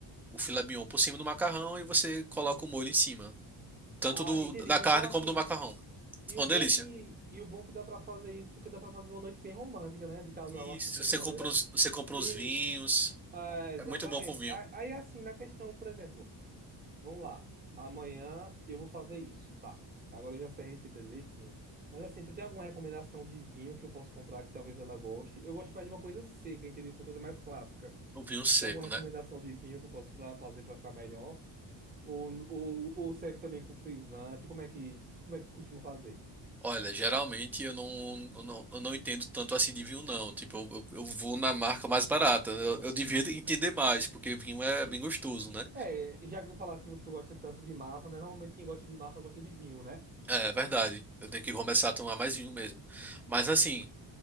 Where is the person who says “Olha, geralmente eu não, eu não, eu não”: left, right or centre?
Centre